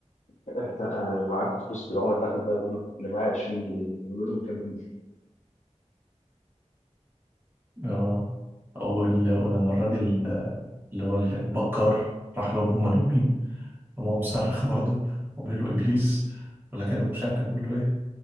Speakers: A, on the left; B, on the right.
A: أنت- أنا معاكم فلوس بالعملة بتاعتك بقى يقول له أنا معايا 20 جنيه يقول لهم كام هنا؟
B: آه، أو ال- ولما الراجل آه، اللي هو البكار راح لهم هم نايمين قام هو مصرخ برضه وقال له إبليس ولا كان مش عارف كان بيقول له إيه